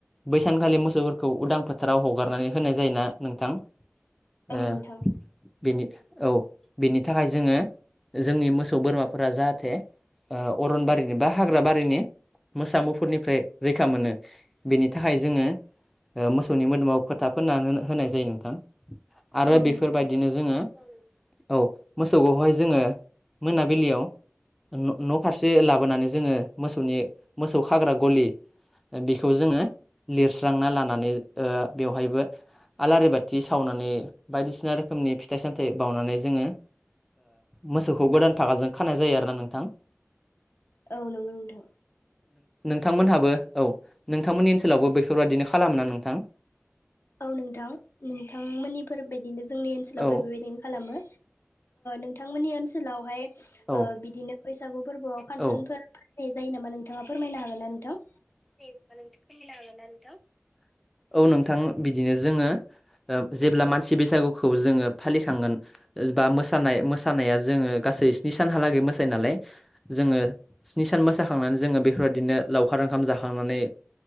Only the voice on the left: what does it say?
औ नोंथां
औ
नोंथां
औ नंगौ नोंथां
औ नोंथां नोंथांमोननिफोरबायदिनो जोंनि ओनसोलावबो
बेबायदिनो खालामो। नोंथांमोननि ओनसोलावहाय
बिदिनो बैसागु फोरबोआव फांसनफोर
फालिनाय जायो। यो नामा नोंथाङा फोरमायनो होगोनना नोंथां।